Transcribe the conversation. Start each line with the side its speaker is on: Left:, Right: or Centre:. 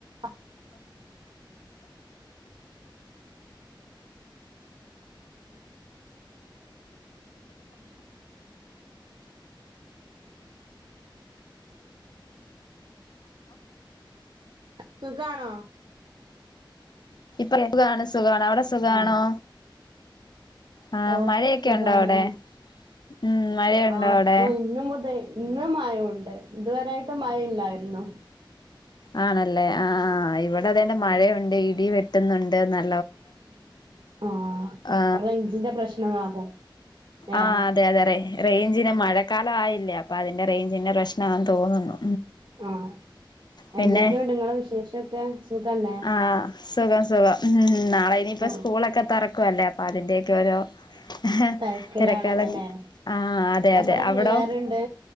Right: അ <unintelligible> സുഖാണോ
Left: ഇപ്പൊലെ സുഖാണ് സുഖാണ് അവിടെ സുഖാണോ
Right: ആഹ്
Left: ആ
Right: ഓ
Left: മഴയൊക്കെ
Right: സുഖാണ്
Left: ഉണ്ടോ അവിടെ ഉം മഴയുണ്ടോ
Right: ആ അപ്പൊ
Left: അവിടെ
Right: ഇന്നു മുതേ ഇന്നും മയയൊണ്ട് ഇതുവരായിട്ടും മഴയില്ലായിരുന്നു
Left: ആണല്ലേ ആ ആ ഇവ ഇത അതന്നെ
Right: ആഹ്
Left: മഴയുണ്ട് ഇടി വെ ട്ടുന്നുണ്ട് ന്ന
Right: <unintelligible> ആഹ്
Left: ആ
Right: അപ്പ റൈഞ്ചിന്റെ പ്രശ്നമാകും.
Left: ആഹ്
Right: ഏഹ്
Left: അതെ അതെതെ. അ റേഞ്ചിന് മഴക്കാലമായില്ലേ അപ്പൊ അതിന്റെ റേഞ്ചിന്റെ പ്രശ്നമാന്ന് തോന്നുന്നു.
Right: ആഹ്
Left: പിന്നെ
Right: എന്തൊക്കെയുണ്ട് നിങ്ങളെ വിശേഷൊക്കെ സുഖല്ലേ?
Left: ആഹ് സുഖം സുഖം ഹും നാളെ ഇനിപ്പ
Right: ഓ
Left: സ്കൂളൊക്കെ തൊറ ക്കല്ലേ അപ്പ അതിന്റെക്കെ ഓരോ ഹേ.
Right: തിരക്കിലാണല്ലോല്ലേ
Left: തിരക്കാല ആഹ് അതെ
Right: എത്ര
Left: അതെ
Right: പിള്ളേരുണ്ട്?
Left: അവിടോ